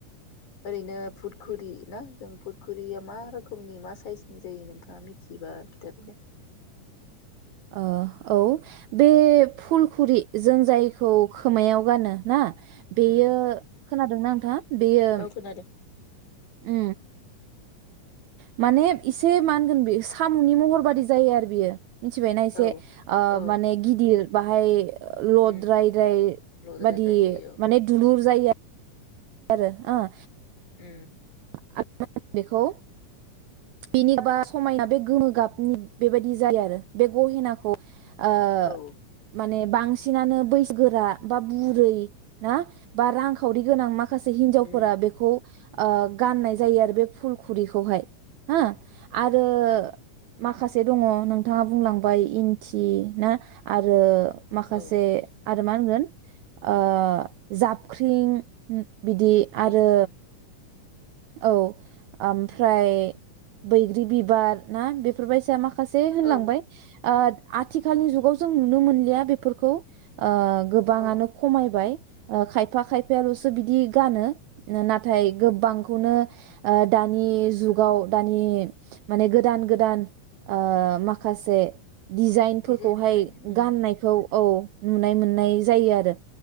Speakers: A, on the left; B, on the right.
A: ओरैनो फुट खुरि ना जों पुरखुरिया मा रोखोमनि मा साइसनि जायो नोंथाङा मिथिबा <unintelligible>
B: ओ औ बे फुलखुरि जों जायखौ खोमायाव गानो ना? बेयो
A: उम
B: खोनादोंना नोंथाङ बेयो।
A: औ खोनादों
B: ओ। माने एसे मा होनगोन बे साम'नि महर बादि जायो आरो बियो। मिथिबायना एसे
A: औ औ
B: माने ओ गिदिर बाहाय। लद्रायद्राय
A: उम लद्रायद्राय
B: बादि
A: जायो औ
B: माने दुलुर जायो आरो ओ।
A: उम
B: <unintelligible> बेखौ बेनि बा समायना बे गोमो गाबनि बेबायदि जायो आरो बे गहेनाखौ ओ
A: औ
B: माने बांसिनानो बैसो गोरा बा बुरै ना बा रांखावरि गोनां माखसे। माखासे हिनजावफोरा
A: उम
B: बेखौ। ओ गाननाय जायो आरो बे फुलखुरिखौहाय हो आरो
A: औ
B: माखासे दङ नोंथांङा बुंलांबाय इन्थि ना आरो माखासे
A: औ
B: आरो मा होनगोन ओ जाबख्रिं, बिदि
A: खोख्रिं
B: आरो
A: उम
B: औ ओमफ्राय बैग्रि बिबार ना बेफोरबायसा माखासे होनलांबाय।
A: औ
B: ओ आथिखालनि जुगाव जों नुनो मोनलिया बेफोरखौ। ओ गोबाङानो
A: औ
B: खमायबाय। ओ खायफा खायफायाल'सो बिदि गानो नाथाय गोबां खौनो ओ दानि जुगाव दानि माने गोदान-गोदान ओ माखासे दिजाइनफोरखौहाय
A: डिजाइन होनाय उम
B: गाननायखौ औ नुनाय मोननाय जायो आरो,